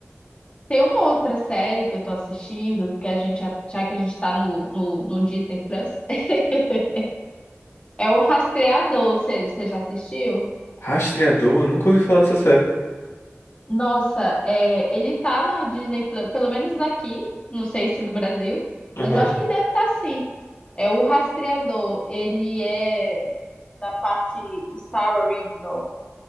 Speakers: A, on the left (about 25°); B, on the left (about 75°).
A: tem uma outra série que eu tô assistindo, que a gente, já, já que a gente tá no, no, no Disney Plus, <laughs> é o Rastreador, você, você já assistiu?
B: Rastreador, nunca ouvi falar dessa série.
A: Nossa, é, ele tá na Disney Plus, pelo menos daqui, não sei se do Brasil,
B: Aham,
A: mas eu acho que deve estar sim. É o Rastreador, ele é da parte Star Original.